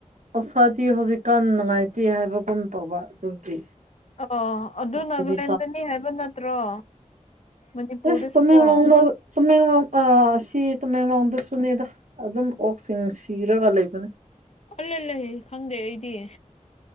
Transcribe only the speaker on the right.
ꯑꯣꯁꯥꯗꯤ ꯍꯧꯖꯤꯛꯀꯥꯟ ꯅꯨꯡꯉꯥꯏꯇꯦ ꯍꯥꯏꯕꯒꯨꯝ ꯇꯧꯕ ꯑꯗꯨꯒꯤ
ꯑꯩꯈꯣꯏꯗꯤ
ꯑꯦꯁ ꯇꯨꯃꯦꯡꯂꯣꯡꯗꯣ ꯇꯃꯦꯡꯂꯣꯡ ꯑ ꯁꯤ ꯇꯃꯦꯡꯂꯣꯡꯗꯁꯨꯅꯦꯗ ꯑꯗꯨꯝ ꯑꯣꯛꯁꯤꯡ ꯁꯤꯔꯒ ꯂꯩꯕꯅꯦ